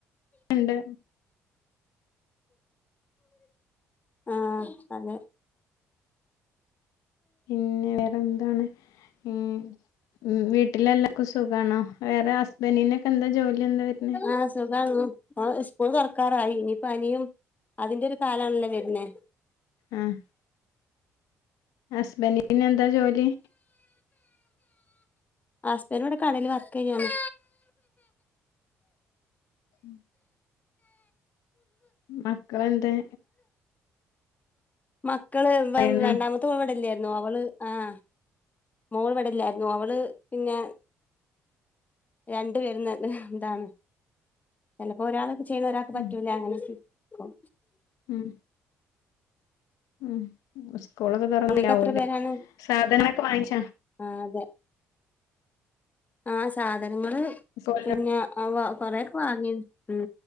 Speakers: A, on the left; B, on the left.
A: ഉണ്ട്
B: ആഹ് അതെ
A: പിന്നെ വേറെന്താണ് ഉം ഉം വീട്ടിലെല്ലർക്കും സുഖാണോ വേറെ ഹസ്ബൻ്റ്നൊക്കെ എന്താ ജോലി എന്താ വരുന്നെ
B: ആഹ് സുഖാണ് ആഹ് സ്കൂൾ തുറക്കാറായി ഇനിപ്പോ പനിയും അതിന്റെ ഒരു കാലാണല്ലേ വരുന്നേ
A: ആഹ് ഹസ്ബൻ്റ് ന് എന്താ ജോലി
B: ഹസ്ബൻ്റ് ഇവിടെ കാടേല് വർക്ക് ചെയ്യാന്
A: <unintelligible> മക്കളെന്തേ
B: മക്കള്
A: പറയുന്ന
B: രണ്ടാമത്തെ മക്കൾ ഇവിടെലെർന്നു അവള് ആഹ് മോള് വടെ ല്ലാരുന്നു അവള് പിന്നെ രണ്ട് പെരുന്ന് ന്താണ് ചെലപ്പോ ഒരാള് ചി ചി ഒരാക്ക് പറ്റൂല
A: ഉം
B: അങ്ങനെക്കെ പ്പം
A: ഉം ഉം സ്കൂളൊക്കെ തുറന്നില്ലാവൂല്ലേ
B: നിങ്ങക്ക് എത്ര പേരാണ്
A: സാധനൊക്കെ വാങ്ങിച്ചാ
B: ആഹ് അതെ ആഹ് സാധനങ്ങള്
A: സ്കൂളില്
B: പിന്നെ അവ കൊറേക്കെ വാങ്ങി ഉം